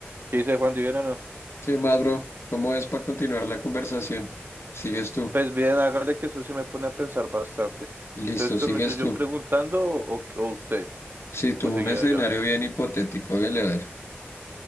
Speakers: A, on the right; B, on the left.
A: ¿Qué dice Juan Divino? No.
B: ¿Qué más, bro? ¿Cómo es para continuar la conversación? Sigues tú.
A: Pues bien, hágale que eso sí me pone a pensar bastante.
B: Listo,
A: Entonces,
B: sigues
A: ¿comienzo yo
B: tú.
A: preguntando o, o usted?
B: Si tú
A: ¿O seguía
B: un escenario
A: yo?
B: bien hipotético, hágale a ver.